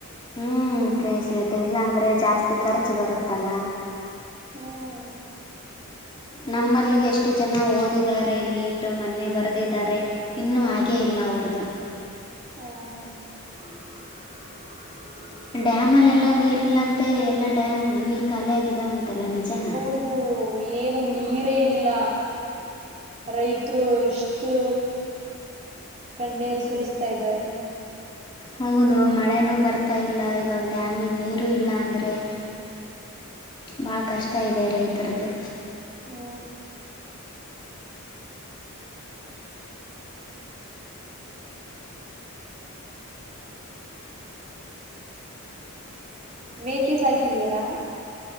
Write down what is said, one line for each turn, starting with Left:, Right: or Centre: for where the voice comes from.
Left: ಹ್ಮ್ ಪ್ರಿ ಸೀಟ್ ಇಲ್ಲಾಂದ್ರೆ ಜಾಸ್ತಿ ಖರ್ಚು ಬರುತ್ತಲ್ಲ
Right: ಹ್ಮ್
Left: ನಮ್ಮಲ್ಲೂ ಎಷ್ಟು ಜನ ಓದಿದ್ದಾರೆ ನೀಟ್ ಮೊನ್ನೆ ಬರದಿದ್ದಾರೆ ಇನ್ನೂ ಹಾಗೇ ಇಲ್ಲ ಅವ್ರದು
Right: ಹ್ಮ
Left: ಡ್ಯಾಮಲ್ಲ ಎಲ್ಲ ನೀರ್ ಇಲ್ಲಂತೆ ಎಲ್ಲ ಡ್ಯಾಮ್ ನೀರ್ ಖಾಲಿ ಆಗಿದ್ದಾವಂತಲ್ಲ ನಿಜಾನ
Right: ಅದು ಏನು ನೀರೇ ಇಲ್ಲ ರೈತರು ಎಷ್ಟು ಕಣ್ಣೀರು ಸುರಿಸ್ತಾ ಇದ್ದಾರೆ
Left: ಹೌದು ಮಳೆನೂ ಬರ್ತಾ ಇಲ್ಲ ಇವಾಗ ಡ್ಯಾಮಿಗ ನೀರು ಇಲ್ಲ ಅಂದರೆ ಬಾಳ ಕಷ್ಟ ಇದೆ ರೈತರದ್ದು
Right: ಹ್ಮ ಮೇಕೆ ಸಾಕಿದೀರಾ